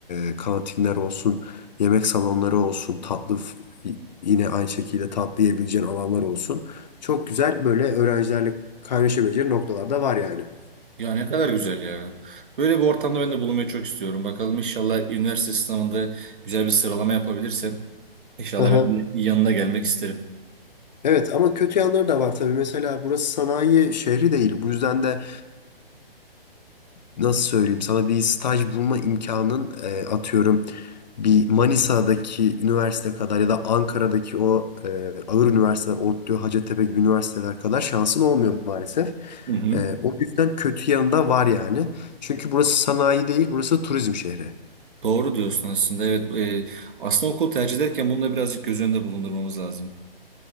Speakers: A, on the left; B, on the right.
A: e, kantinler olsun, yemek salonları olsun, tatlı Y- Yine aynı şekilde tatlı alanlar olsun. Çok güzel böyle öğrencilerle kaynaşabileceğin noktalar da var yani.
B: Ya ne kadar güzel ya. Böyle bir ortamda ben de bulunmayı çok istiyorum. Bakalım inşallah üniversite sınavında güzel bir sıralama yapabilirsem inşallah
A: Aha.
B: ben de yanına gelmek isterim.
A: Evet ama kötü yanları da var tabii. Mesela burası sanayi şehri değil. Bu yüzden de nasıl söyleyeyim sana bir staj bulma imkanın e, atıyorum bir Manisa'daki üniversite kadar ya da Ankara'daki o e, ağır üniversiteler ODTÜ, Hacettepe gibi üniversiteler kadar şansın olmuyor maalesef.
B: Hı hı.
A: E, o yüzden kötü yanında var yani. Çünkü burası sanayi değil, burası turizm şehri.
B: Doğru diyorsun aslında. Evet, e, aslında okul tercih ederken bunu da birazcık göz önünde bulundurmamız lazım.